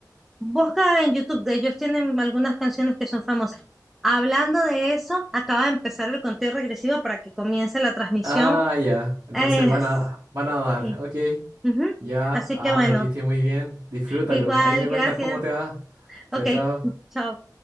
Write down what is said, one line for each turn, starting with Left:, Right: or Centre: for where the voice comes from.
Centre: Busca en YouTube, de ellos tienen algunas canciones que son famosas. Hablando de eso, acaba de empezar el conteo regresivo para que comience la transmisión.
Right: Ah, ya. Entonces
Centre: Eh,
Right: van a, van a dar.
Centre: sí.
Right: Ok.
Centre: ujú.
Right: Ya.
Centre: Así
Right: Anda,
Centre: que bueno,
Right: aquí estoy muy bien. Disfrútalo.
Centre: igual,
Right: Ahí me cuentas
Centre: gracias.
Right: cómo te va. Chao,
Centre: Ok,
Right: chao.
Centre: chao.